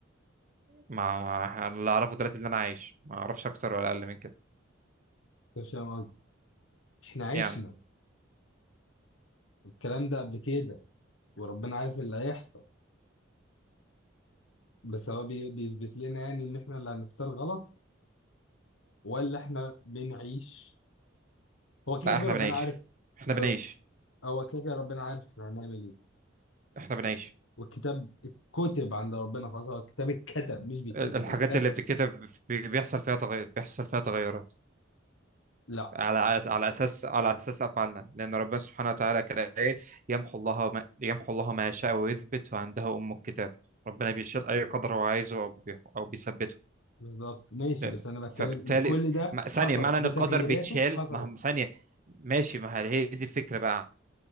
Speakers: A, on the right; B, on the left.
A: ما اللي اعرفه دلوقتي اللي انا عايش ما اعرفش اكتر ولا اقل من كده
B: مش فاهم قصدي احنا عشنا
A: يعني
B: الكلام ده قبل كده وربنا عارف اللي هيحصل بس هو بي- بيثبت لنا يعني ان احنا اللي هنختار غلط ولا احنا بنعيش هو كده
A: لا
B: كده
A: احنا
B: ربنا
A: بنعيش
B: عارف
A: احنا بنعيش
B: هو هو كده كده ربنا عارف احنا هنعمل ايه
A: احنا بنعيش
B: والكتاب اتكتب عند ربنا خلاص هو الكتاب اتكتب مش بيتكتب
A: ال- الحاجات
B: هو اتكتب
A: اللي بتتكتب بي- بيحصل فيها تغير بيحصل فيها تغيرات
B: لا
A: على على اساس على اساس افعالنا لان ربنا سبحانه وتعالى كده قايل يمحو الله ما يمحو الله ما يشاء ويثبت وعنده ام الكتاب ربنا بيشيل اي قدر هو عايزه او بيح- او بيثبته
B: بالظبط ماشي
A: ده-
B: بس انا بتكلم
A: فبالتالي
B: ان كل ده
A: ما- ثانيه
B: حصل
A: معنى ان
B: بتغييراته
A: القدر بيتشال
B: حصلت
A: ما هم- ثانيه ماشي ما هي هي دي الفكره بقى